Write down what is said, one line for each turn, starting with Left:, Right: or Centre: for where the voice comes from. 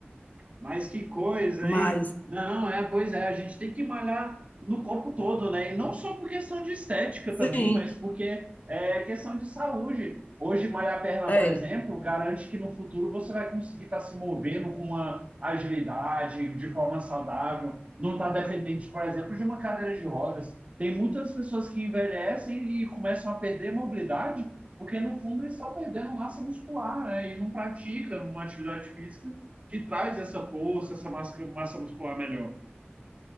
Right: Mas que coisa, hein?
Left: Mas,
Right: Não, é, pois é, a gente tem que malhar no corpo todo, né? E não só por questão de estética
Left: sim,
Right: também, mas porque é questão de saúde. Hoje, malhar a perna,
Left: é,
Right: por exemplo, garante que no futuro você vai conseguir estar se movendo com uma agilidade, de forma saudável, não está dependente, por exemplo, de uma cadeira de rodas. Tem muitas pessoas que envelhecem e começam a perder mobilidade, porque no fundo eles estão perdendo massa muscular, né? E não praticam uma atividade física que traz essa força, essa massa, massa muscular melhor.